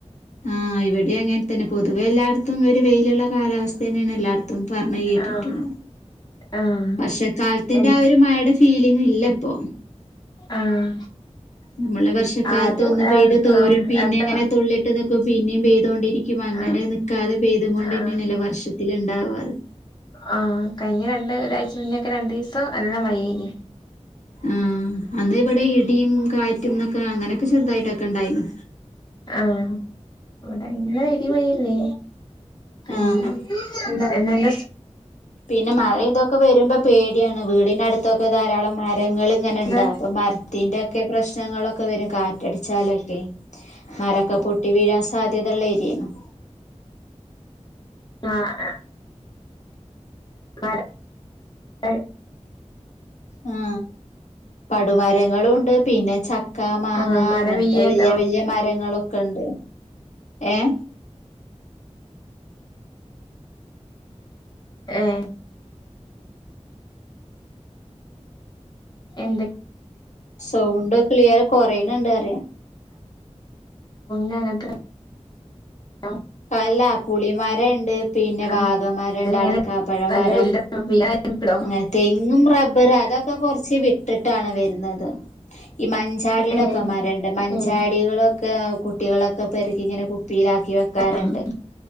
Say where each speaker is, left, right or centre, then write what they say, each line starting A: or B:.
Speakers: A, on the left; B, on the left.
A: ആഹ് ഇവിടെ അങ്ങെ പിന്നെ പൊതുവെ എല്ലായിടത്തും ഒരു വെയിലുള്ള കാലാവസ്ഥ തന്നെയാണ് എല്ലായിടത്തും മത്തും പറഞ്ഞഞ് കേട്ടിട്ടുള്ളു
B: ആഹ് ആഹ്
A: വർഷക്കാലത്തിന്റെ
B: എൻ
A: ആ ഒരു മട ഫീലിംഗ ഇല്ല ഇപ്പൊ
B: ആഹ്
A: നമ്മള് വർഷക്കാലത്ത്
B: ആദ്യം
A: ഒന്ന് പെയ്ത്
B: ആഹ്
A: തോരും
B: ആഹ്
A: പിന്നെ
B: രണ്ട്
A: എങ്ങനെ തുള്ളിയിട്ട് പിന്നെ ബേ ണ്ടരിക്കും അങ്ങനെ
B: ആഹ്
A: നൽക്കാതെ ഭേദം കൊണ്ട്
B: ആഹ്
A: തന്നെയാണ് നില വർഷത്തി ത്തിലുണ്ടാവാറ്
B: ആ കഴിഞ്ഞ രണ്ട് ഒരാഴ്ച മുന്നക്കെ രണ്ടു ഈസം നല്ല മയയായീന്
A: ഉം അന്ന് ഇവിടെ ഇടിയും കാ റ്റ്ന്നൊക്കെ അങ്ങനെയൊക്കെ ചെറുതായിട്ടൊക്കെ ഇണ്ടായിരുന്നു
B: ആഹ് ഇവടെ ഇങ്ങനെ ഇടി പോയില്ലേ പിന്ന
A: ആഹ്
B: എന്താ എന്നണ്ട്
A: പിന്നെ മഴ ഇതൊക്കെ വ രുമ്പോ പേടിയാണ് വീടിനടുത്തൊക്കെ ധാരാളം <unintelligible> രങ്ങളിങ്ങനെണ്ടാവും
B: എന്താ
A: അപ്പൊ മരത്തിന്റെ ഒക്കെ പ്രശ്നങ്ങളൊക്കെ വരും കാറ്റടിച്ചാലൊക്കെയേ മരൊക്കെ പൊട്ടി വീഴാൻ സാധ്യതയള്ള ഏരിയാണ്
B: ആഹ് മര ഏഹ്
A: ആ പടുമരങ്ങളുവുണ്ട് പിന്നെ ച ക്ക മാങ്ങ
B: ആഹ് മരം
A: അങ്ങനത്തെ
B: വീഴേണ്ടോ
A: വല്ല്യ വല്ല്യ മരങ്ങളൊ ക്കണ്ട് ഏഹ്
B: ഏഹ് എന്ത്
A: സൗണ്ട് ക്ലിയർ കൊറേണണ്ട് അറിയാം
B: ഞാനത്ര <unintelligible>
A: അല്ല പുളിമാരം ഇ പിന്നെ
B: ആഹ്
A: വാഗ മരംണ്ട്
B: അത് എങ്ങനെ
A: അടക്കാപ്പഴ
B: നല്ല
A: മരം
B: വലുതാണോ വീഴാൻ എളുപ്പണ്ടോ
A: അങ്ങനെ തെങ്ങും റബ്ബറ് അതൊക്കെ കൊറച്ച് വിട്ടിട്ടാണ് വരുന്നത് ഈ മഞ്ചാടിടൊക്കെ
B: ഏഹ്
A: മരണ്ട് മഞ്ചാടികളൊക്കെ
B: ഏഹ്
A: കുട്ടികളൊക്കെ പെറക്കി ഇങ്ങനെ കുപ്പിയിലാക്കി മരണ്ട്
B: ആഹ്